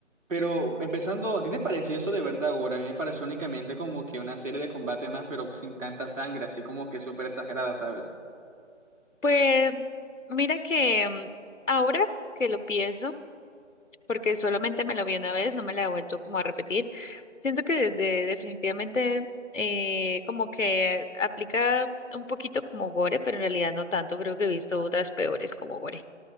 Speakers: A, on the right; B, on the left.
A: Pero empezando, ¿a ti te pareció eso de verdad ahora? A mí me pareció únicamente como que una serie de combate más, pero sin tanta sangre, así como que súper exagerada, ¿sabes?
B: Pues mira que mm, ahora que lo pienso, porque solamente me lo vi una vez, no me la he vuelto como a repetir. Siento que desde definitivamente eh, como que aplica un poquito como gore, pero en realidad no tanto. Creo que he visto otras peores como gore.